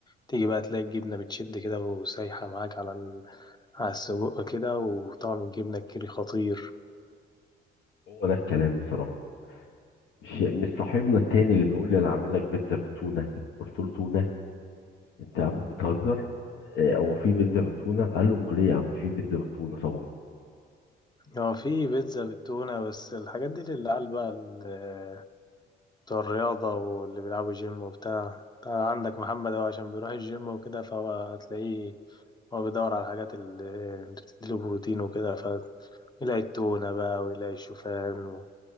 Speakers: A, on the left; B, on the left.
A: تيجي بقى تلاقي الجبنة بتشد كده وسايحة معاك على ال... على السجق كده وطعم الجبنة الكيري خطير
B: هو ده الكلام بصراحة مش مش صاحبنا التاني اللي بيقول لي انا عامل لك بيتزا بالتونة قلت له تونة انت يا عم بتهزر آه، هو في بيتزا بالتونه قال له امال ايه يا عم في بيتزا بالتونه طبعا
A: هو في بيتزا بالتونة بس الحاجات دي للعيال بقى ال- بتوع الرياضة واللي بيلعبوا جيم وبتاع أنت عندك محمد هو عشان بيروح الجيم وكده فهو هتلاقيه هو بيدور على الحاجات اللي بتديله بروتين وكده فيلاقي التونة بقى ويلاقي الشوفان